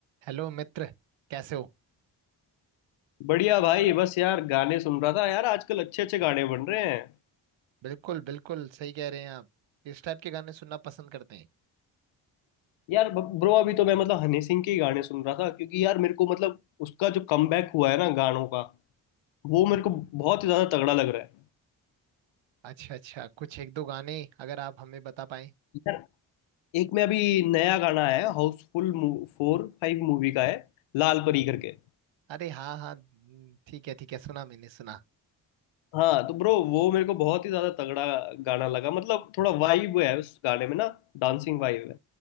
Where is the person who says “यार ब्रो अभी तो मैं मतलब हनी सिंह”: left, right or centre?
Left